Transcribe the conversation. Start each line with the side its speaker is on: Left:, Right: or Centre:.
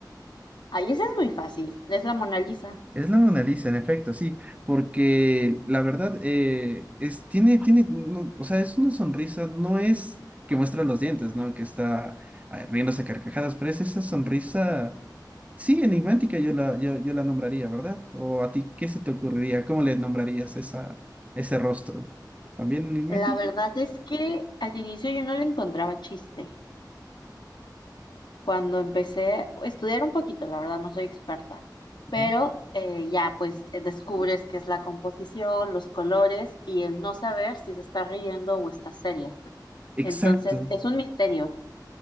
Left: Ahí ese es muy fácil, es la Mona Lisa.
Right: Es la Mona Lisa, en efecto, sí, porque la verdad eh, es, tiene, tiene, no, o sea, es una sonrisa, no es que muestra los dientes, ¿no? Que está ah, riéndose a carcajadas, pero es esa sonrisa, sí, enigmática, yo la, yo, yo la nombraría, ¿verdad? O a ti, ¿qué se te ocurriría? ¿Cómo le nombrarías esa, ese rostro? ¿También enigmático?
Left: La verdad es que al inicio yo no le encontraba chiste. Cuando empecé a estudiar un poquito, la verdad no soy experta,
Right: Ujú.
Left: pero eh, ya pues eh, descubres qué es la composición, los colores y el no saber si se está riendo o está seria.
Right: Exacto.
Left: Entonces es un misterio.